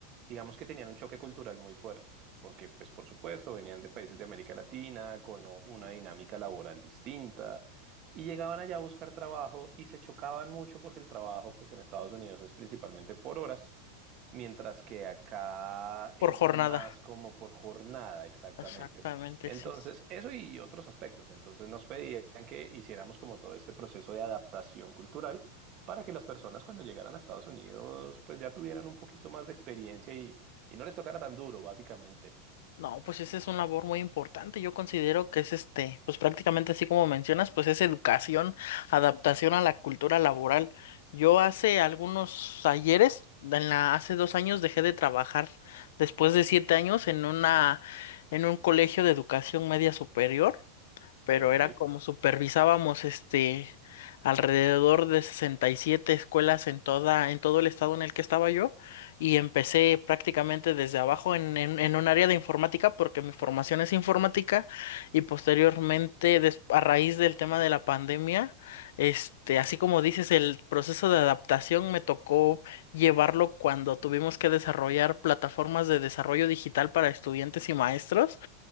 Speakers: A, on the right (about 30°); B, on the left (about 70°).
A: digamos que tenían un choque cultural muy fuerte, porque pues por supuesto venían de países de América Latina con o- una dinámica laboral distinta y llegaban allá a buscar trabajo y se chocaban mucho porque el trabajo pues en Estados Unidos es principalmente por horas, mientras que acá es
B: por jornada.
A: más como por jornada exactamente.
B: Exactamente,
A: Entonces,
B: sí. sí.
A: eso y otros aspectos. Entonces nos pedían que hiciéramos como todo este proceso de adaptación cultural para que las personas cuando llegaran a Estados Unidos pues ya tuvieran un poquito más de experiencia y, y no les tocara tan duro, básicamente.
B: No, pues esa es una labor muy importante. Yo considero que es este, pues prácticamente así como mencionas, pues es educación, adaptación a la cultura laboral. Yo hace algunos ayeres, en la, hace dos años dejé de trabajar después de siete años en una, en un colegio de educación media superior pero
A: Ok.
B: era como supervisábamos este alrededor de 67 escuelas en toda en todo el estado en el que estaba yo y empecé prácticamente desde abajo en, en, en un área de informática porque mi formación es informática y posteriormente des- a raíz del tema de la pandemia este así como dices el proceso de adaptación me tocó llevarlo cuando tuvimos que desarrollar plataformas de desarrollo digital para estudiantes y maestros